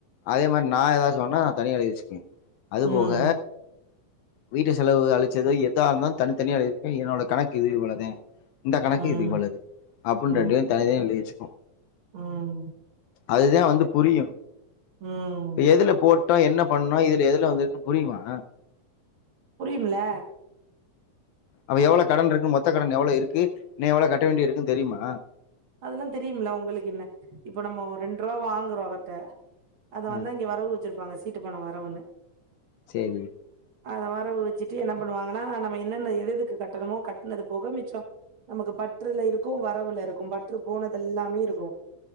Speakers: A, on the left (about 80°); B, on the right (about 70°).
A: அதே மாரி நா ஏதாவது சொன்னா தனியா எழுதி வச்சுகுங்க அது
B: ம்
A: போக வீட்டு செலவு அழிச்சது எதாருந்தாளு தனித்தனியா எழுதியிருக்க என்னோட கணக்கு இது இவ்ளத இந்த
B: ம்
A: இது போலது அப்புன்
B: ம்
A: ரெண்டையு தனிதனியா எழுதி வெச்
B: ம்
A: அதுதே வந்து புரியு
B: ம்
A: இப்ப எதுல போட் டு என்ன பண்ணோ இதுல எதுல வந்துருக்குன்னு புரியுமா
B: புரியுமில்ல
A: அப்ப எவ்ளோ கடன் இருக்கு மொத்த கடன் எவ்ளோ இருக்கு இன்னு எவ்ளோ கட்ட வேண்டி
B: உம்
A: இருக்குன்னு தெரியுமா
B: அதெல்லா தெரியும் இல்ல உங்களுக்கு என்ன இப்ப நம்ம ரெண்டு ருவா வாங்கறோ அவர்ட்ட அத
A: ஆ
B: வந்தா இங்க வரவு வச்சிருப் ப்பாங்க சீட்டு பண வரவுன்னு
A: செரி
B: அத வரவு வச்சுட்டு என்ன பண்ணுவாங்கன்னா நம்ம என்னென்ன எதுஎதுக்கு கட்டணுமோ கட்னது போக மிச்ச நமக்கு பட் ருல்ல இருக் க்கு வரவுல இருக்கு பற்று போனதெல்லாமே இருக்கு